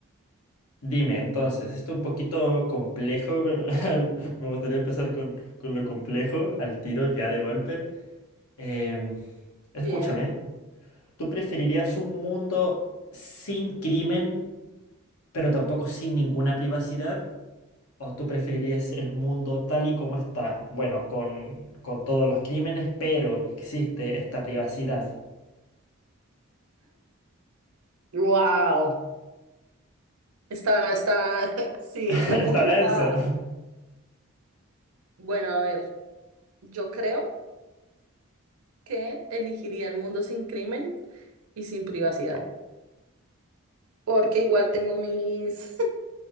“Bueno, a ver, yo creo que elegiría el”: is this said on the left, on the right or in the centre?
Right